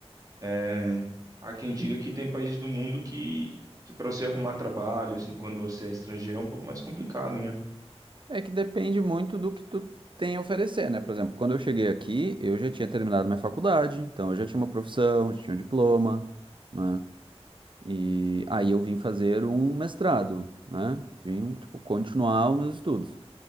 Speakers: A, on the right; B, on the right.
A: é, há quem diga que tem países do mundo que que para você arrumar trabalho, assim, quando você é estrangeiro é um pouco mais complicado, né?
B: É que depende muito do que tu tem a oferecer, né? Por exemplo, quando eu cheguei aqui, eu já tinha terminado minha faculdade, então eu já tinha uma profissão, já tinha um diploma, né? E aí eu vim fazer um mestrado, né? Vim, tipo, continuar os meus estudos.